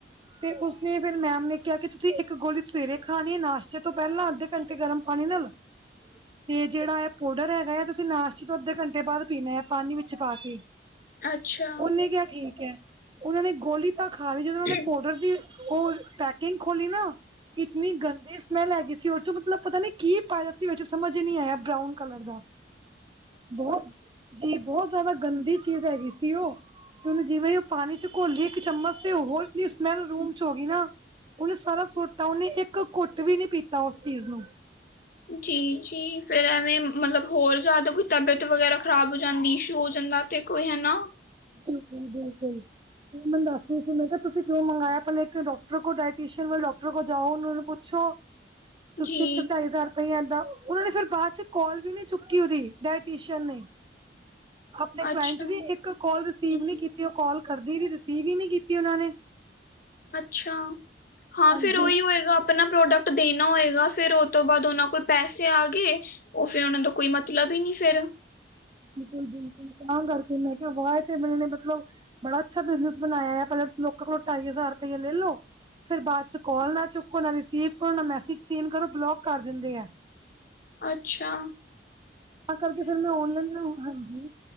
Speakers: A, on the right; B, on the left.
A: ਤੇ ਉਸਨੇ ਫੇਰ ਮੈਮ ਨੇ ਕਿਹਾ ਕਿ ਤੁਸੀਂ ਇੱਕ ਗੋਲੀ ਸਵੇਰੇ ਖਾਨੀ ਏ ਨਾਸ਼ਤੇ ਤੋਂ ਪਹਿਲਾਂ। ਘੰਟੇ ਗਰਮ ਪਾਣੀ ਨਾਲ। ਤੇ ਜਿਹੜਾ ਇਹ ਪਾਊਡਰ ਹੈਗਾ ਇਹ ਤੁਸੀਂ ਨਾਸ਼ਤੇ ਤੋਂ ਅੱਧੇ ਘੰਟੇ ਬਾਅਦ ਪੀਨਾ ਏ ਪਾਨੀ ਵਿੱਚ ਪਾ ਕੇ।
B: ਅੱਛਾ।
A: ਉਹਨੇ ਕਿਹਾ ਠੀਕ ਹੈ ਉਹਨਾਂ ਨੇ ਗੋਲੀ ਤਾਂ ਖਾ ਲਈ ਜਦੋਂ ਉਹਨਾਂ
B: ਹੂੰ, ਅੱਛਾ,
A: ਨੇ ਪੋਡਰ ਦੀ। ਉਹ ਪੈਕਿੰਗ ਖੋਲੀ ਨਾ ਇਤਨੀ ਗੰਦੀ ਸ। ਸਮੈਲ ਹੈਗੀ ਸੀ ਉਹ ਚੋਂ ਮਤਲਬ ਪਤਾ ਨੀ ਕੀ ਪਾਇਆ ਸੀ ਵਿੱਚ ਸਮਝ ਨਹੀਂ ਆਇਆ ਬਰਾਊਨ ਕਲਰ ਦਾ। ਬਹੁਤ ਜੀ ਬਹੁਤ ਜ਼ਿਆਦਾ ਗੰਦੀ। ਚੀਜ਼ ਹੈਗੀ ਸੀ ਉਹ ਤੇ ਉਹਨੂੰ ਜਿਵੇਂ ਉਹ ਪਾਨੀ ਚ ਘੋਲੀ ਇੱਕ ਚਮਚ ਤੇ ਹੋਰ ਇਤਨੀ ਸਮੈਲ ਰੂਮ ਚ ਹੋ ਗਈ ਨਾ। ਉਹਨੇ ਸਾਰਾ ਸੁਟ ਤਾ ਉਹਨੇ ਇੱਕ ਘੁੱਟ ਵੀ ਨੀ ਪੀਤਾ ਉਸ ਚੀਜ਼ ਨੂੰ।
B: ਜੀ ਜੀ ਫੇਰ ਐਵੇਂ ਮਤਲਬ ਹੋਰ ਜ਼ਿਆਦਾ ਕੋਈ ਤਬੀਅਤ ਵਗੈਰਾ ਖ਼ਰਾਬ ਹੋ ਜਾਂਦੀ ਇਸ਼ੂ ਹੋ ਜਾਂਦਾ। ਤੇ ਕੋਈ ਹੈਨਾ।
A: ਬਿਲਕੁਲ ਬਿਲਕੁਲ। ਮੈਂ ਦੱਸ ਰਹੀ ਸੀ ਮੈ ਕਿਹਾ ਤੁਸੀਂ ਕਿਉਂ ਮੰਗਇਆ ਪਹਿਲੇ ਇੱਕ ਡਾਕਟਰ ਕੋ ਡਾਇਟੀਸ਼ਨ ਵਾਲੇ ਡਾਕਟਰ ਕੋ ਜਾਓ ਉਹ ਨੂੰ ਪੁੱਛੋ। ਤੁਸੀਂ
B: ਜੀ,
A: ਇੱਕ ਢਾਈ ਹਜ਼ਾਰ। ਕਈ ਏਦਾਂ ਉਹਨਾਂ ਨੇ ਫੇਰ ਬਾਅਦ ਚ ਕਾਲ ਵੀ ਨਹੀਂ ਚੁੱਕੀ ਉਹਦੀ ਡਾਇਟੀ ਨੇ। ਆਪਣੇ
B: ਅੱਛਾ,
A: ਕਲਾਇੰਟ ਦੀ ਇੱਕ ਕਾਲ ਰਿਸੀਵ
B: ਹੂੰ,
A: ਨੀ ਕੀਤੀ ਉਹ ਕਾਲ ਕਰਦੀ ਰਹੀ ਰਿਸੀਵ ਹੀ ਨੀ ਕੀਤੀ ਉਹਨਾਂ ਨੇ।
B: ਅੱਛਾ ਹਾਂ
A: ਹਾਂਜੀ
B: ਫੇਰ ਉਹੀ ਹੋਏਗਾ। ਅਪਨਾ ਪ੍ਰੋਡਕਟ ਦੇਨਾ ਹੋਏਗਾ ਫੇਰ ਉਹ ਤੋਂ ਬਾਅਦ ਉਹਨਾਂ ਕੋਲ ਪੈਸੇ ਆ ਗਏ। ਉਹ ਫੇਰ ਉਹਨਾ ਤੋ ਕੋਈ ਮਤਲਬ ਹੀ ਨਹੀਂ ਫੇਰ।
A: ਬਿਲਕੁਲ ਬਿਲਕੁਲ ਤਾਂ ਕਰਕੇ ਮੈਂ ਕਿਹਾ ਵਾਹ ਇਹ ਤੇ ਮੇਰੇ ਨੇ ਮਤਲਬ। ਬੜਾ ਅੱਛਾ ਬਿਜਨਸ ਬਨਾਇਆ ਪਹਿਲੇ ਲੋਕਾਂ ਕੋਲੋਂ ਢਾਈ ਹਜ਼ਾਰ ਰੁਪਇਆ ਲੈ ਲੋ। ਫੇਰ ਬਾਅਦ ਚ ਕਾਲ ਨਾ ਚੁੱਕੋ ਨਾ ਰਿਸੀਵ ਕਰੋ ਨਾ ਮੈਸੇਜ ਸੀਨ ਕਰੋ ਬਲੋਕ ਕਰ ਦਿੰਦੇ ਆ।
B: ਅੱਛਾ।
A: ਤਾਂ ਕਰਕੇ ਫੇਰ ਮੈਂ ਔਨਲਾਈਨ ਹਾਂਜੀ।